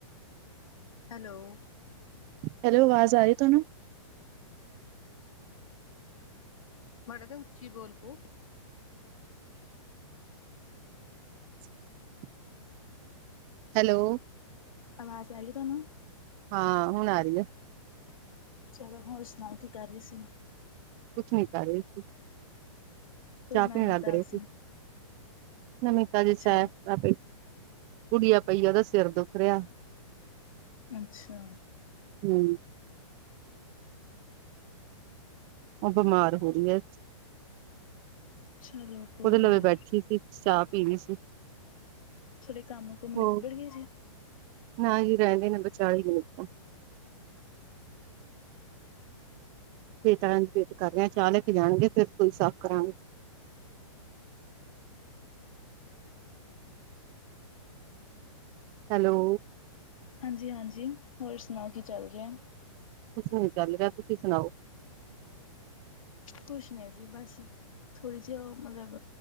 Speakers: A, on the left; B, on the right.
A: ਹੈਲੋ
B: ਹੈਲੋ ਆਵਾਜ਼ ਆ ਰਹੀ ਤੁਹਾਨੂੰ
A: ਮਾੜਾ ਤਾਂ ਉੱਚੀ ਬੋਲ ਪੋ
B: <inaudible> ਹੈਲੋ,
A: ਆਵਾਜ਼ ਆ ਰਹੀ ਹੈ ਤੁਹਾਨੂੰ
B: ਹਾਂ ਹੁਣ ਆ ਰਹੀ ਹੈ।
A: ਚਲੋ ਹੋਰ ਸੁਣਾਓ ਕੀ ਕਰ ਰਹੀ ਸੀ।
B: ਕੁਛ ਨੀ ਕਰ ਰਹੇ ਸੀ
A: ਕੋਈ
B: ਚਾਹ
A: ਨਵੀਂ
B: ਪੀਣ ਲੱਗ
A: ਤਾਜ਼ੀ
B: ਰਹੇ ਸੀ। ਨਮਿਤ ਕੇ
A: ਚਲ
B: ਸੈਰ ਕੁੜੀਆਂ ਪਈ ਉਹਦਾ ਸਿਰ ਦੁੱਖ ਰਿਹਾ
A: ਅੱਛਾ।
B: ਹੂ ਉਹ ਬਿਮਾਰ ਹੋ ਰਹਿ ਹੈ।
A: ਚਲੋ ਕੋਈ
B: ਉਹਦੇ ਲਵੇ
A: ਨੀ
B: ਬੈਠੀ ਸੀ, ਚਾਹ ਪੀ ਰਹੀ ਸੀ,
A: ਥੋੜੇ ਕੰਮ ਕੁਮ ਨਿੱਬੜ
B: ਹੋਰ
A: ਗਏ ਜੇ
B: ਨਾ ਹੀ ਰਹਿੰਦੇ ਨੇ ਵਿਚਾਲੇ ਹੀ ਰੋਕ ਤਾ ਵਿਚਾਰਾ ਵੇਟ ਕਰ ਰਿਹਾ ਚਾਰੇ ਧੀ ਆਣਗੀਆਂ ਫਿਰ ਕੋਈ ਸਾਫ ਕਰਾਂਗੇ। ਹੈਲੋ
A: ਹਾਂਜੀ, ਹਾਂਜੀ ਹੋਰ ਸੁਣਾਓ ਕੀ ਚੱਲ ਰਿਹਾ?
B: ਕੁਛ ਨੀ ਚੱਲ ਰਿਹਾ ਤੁਸੀਂ ਸੁਣਾਓ?
A: ਕੁਛ ਨਹੀਂ ਜੀ ਬਸ ਥੋੜ੍ਹੀ ਜਿਹੀ ਉਹ ਮਤਲਬ